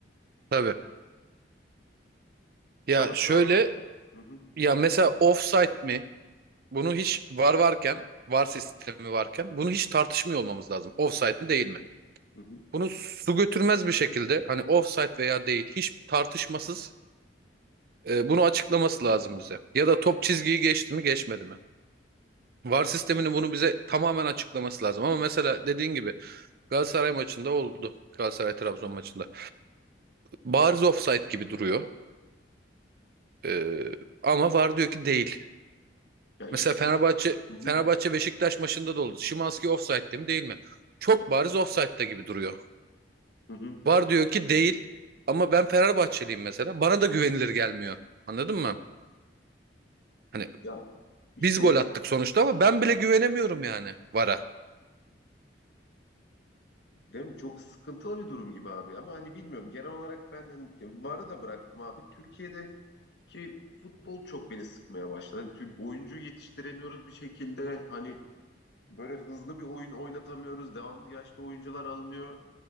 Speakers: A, on the right; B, on the left.
A: tabii. Ya
B: ama şu
A: şöyle
B: an hı hı,
A: ya mesela offside mi? Bunu hiç VAR varken, VAR sistemi varken bunu hiç tartışmıyor olmamız lazım. Offside mi değil mi?
B: hı hı.
A: Bunu su götürmez bir şekilde hani offside veya değil hiç tartışmasız E, bunu açıklaması lazım bize. Ya da top çizgiyi geçti mi geçmedi mi? VAR sisteminin bunu bize tamamen açıklaması lazım. Ama mesela dediğin gibi Galatasaray maçında oldu. Galatasaray-Trabzon maçında. Bariz offside gibi duruyor. E, ama VAR diyor ki değil.
B: ya işte
A: Mesela Fenerbahçe
B: üç- hı hı,
A: Fenerbahçe Beşiktaş maçında da oldu. Szymański offside'de mi değil mi? Çok bariz offside'da gibi duruyor.
B: hı hı.
A: VAR diyor ki değil. Ama ben Fenerbahçeliyim mesela. Bana da güvenilir gelmiyor. Anladın mı? Hani
B: ya işte
A: biz gol
B: evet,
A: attık sonuçta ama ben bile güvenemiyorum yani VAR'a.
B: değil mi çok sıkıntılı bir durum gibi abi ama hani bilmiyorum genel olarak ben hani VAR'ı da bıraktım abi Türkiye'de Ki futbol çok beni sıkmaya başladı. Hani Türk oyuncu yetiştiremiyoruz bir şekilde. Hani böyle hızlı bir oyun oynatamıyoruz. Devamlı yaşlı oyuncular alınıyor.